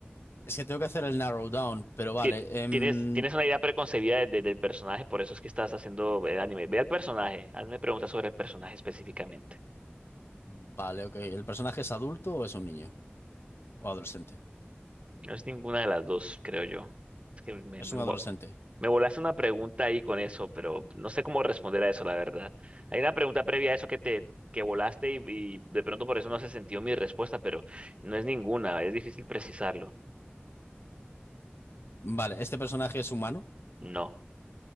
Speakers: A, on the left; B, on the right.
A: es que tengo que hacer el narrow down, pero vale.
B: Ti-
A: em,
B: Tienes, tienes una idea preconcebida de- de- del personaje, por eso es que estás haciendo el anime. Ve al personaje, hazme preguntas sobre el personaje específicamente.
A: vale, ok. ¿El personaje es adulto o es un niño? ¿O adolescente?
B: No es ninguna de las dos, creo yo. Es que me, me-
A: Es un adolescente.
B: Me volaste una pregunta ahí con eso, pero no sé cómo responder a eso, la verdad. Hay una pregunta previa a eso que te que volaste y, y de pronto por eso no se sintió mi respuesta, pero no es ninguna, es difícil precisarlo.
A: Vale, ¿este personaje es humano?
B: No,